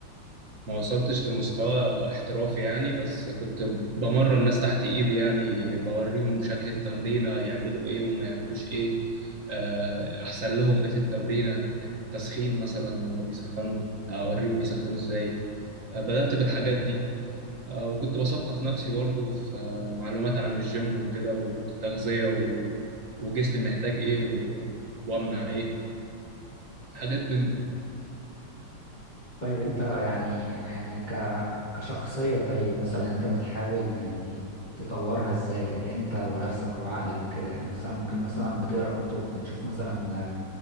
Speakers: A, on the right; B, on the left.
A: ما وصلتش لمستوى احترافي يعني بس كنت بمرن ناس تحت ايدي يعني بوريهم شكل التمرينة يعملوا ايه وما يعملوش ايه آه، احسن لهم ايه في التمرينة التسخين مثلا وهم بيسخنوا اوريهم بيسخنوا ازاي آه، بدأت بالحاجات دي آه، وكنت بثقف نفسي برضو في آه، معلومات عن الجيم وكده والتغذية و... وجسمي محتاج ايه و... وامنع ايه حاجات من دي
B: طيب أنت يعني يعني ك كشخصية طيب مثلا أنت بتحاول يعني تطورها إزاي يعني أنت ونفسك وعقلك وكده يعني مثلا ممكن مثلا بتقرأ كتب بتشوف مثلا